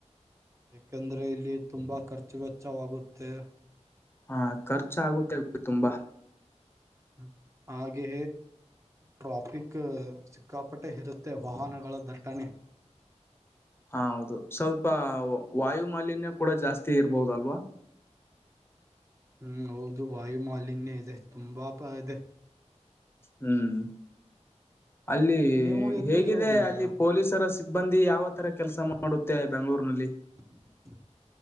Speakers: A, on the right (about 25°); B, on the left (about 20°).
A: ಯಾಕೆಂದ್ರೆ ಇಲ್ಲಿ ತುಂಬ ಖರ್ಚು ವೆಚ್ಚವಾಗುತ್ತೆ
B: ಹಾ ಖರ್ಚ ಆಗುತ್ತೆ ತುಂಬಾ
A: ಹ್ಮ ಹಾಗೆ ಟ್ರಾಫಿಕ್ ಸಿಕ್ಕಾಪಟ್ಟೆ ಇರುತ್ತೆ ವಾಹನಗಳ ದಟ್ಟಣೆ
B: ಹಾ ಹೌದು ಸ್ವಲ್ಪ ವಾಯು ಮಾಲಿನ್ಯ ಕೂಡ ಜಾಸ್ತಿ ಇರ್ಬೋದು ಅಲ್ವಾ
A: ಹ್ಮ್ ಹೌದು ವಾಯು ಮಾಲಿನ್ಯ ಇದೆ ತುಂಬಾ ಪಾ ಇದೆ
B: ಹ್ಮ್ ಅಲ್ಲಿ
A: ನೀವು ಎಲ್ಲಿ
B: ಹೇಗಿದೆ
A: ಇರೋದು ಈಗ
B: ಅಲ್ಲಿ ಪೊಲೀಸರ ಸಿಬ್ಬಂದಿ ಯಾವ ತರ ಕೆಲಸ ಮಾಡುತ್ತೆ ಬೆಂಗಳೂರ್ನಲ್ಲಿ
A: <inaudible>